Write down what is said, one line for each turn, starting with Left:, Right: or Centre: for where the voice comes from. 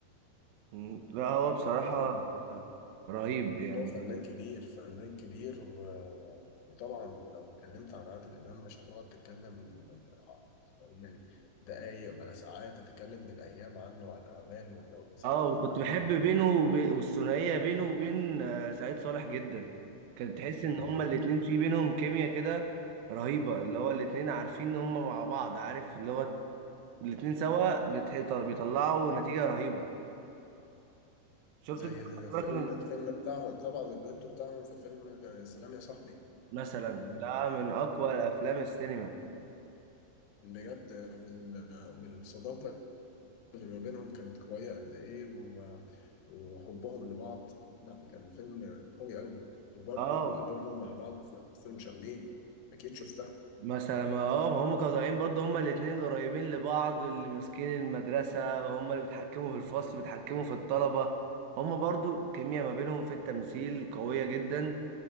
Right: مم. لا هو بصراحه
Left: فهو
Right: آه، رهيب يعني
Left: فنان كبير فنان كبير و- وطبعا لو اتكلمت عن عادل امام مش هتقعد تتكلم يعني دقايق ولا ساعات هتتكلم بالايام عنه وعن اعماله ولو مسكت
Right: اه
Left: كل
Right: وكنت
Left: عمل
Right: بحب
Left: دي
Right: بينه وب- والثنائيه بينه وبين آه، سعيد صالح جدا كانت تحس
Left: مم.
Right: ان هما الاتنين في بينهم كيمياء كده رهيبه اللي هو الاتنين عارفين ان هما مع بعض عارف اللي هو الاتنين سوا بتح- بيطلعوا نتيجه رهيبه شفت
Left: زي
Right: انت
Left: الفيلم
Right: راكب
Left: الفيلم بتاعهم طبعا الدويتو بتاعهم في فيلم سلام يا صاحبي
Right: مثلا
Left: من
Right: ده من اقوى
Left: من
Right: الافلام السينما
Left: بجد وال... والصداقة اللي ما بينهم كانت قوية قد إيه و... وحبهم لبعض لا كان فيلم قوي أوي وبرضه
Right: اه
Left: دورهم مع بعض في في المشاغبين أكيد شفتها
Right: مثلا ما اه هم كانوا طالعين برضه هم الاثنين اللي قريبين لبعض اللي ماسكين المدرسه هم اللي بيتحكموا في الفصل بيتحكموا في الطلبه هم برضه كيمياء ما بينهم في التمثيل قويه جدا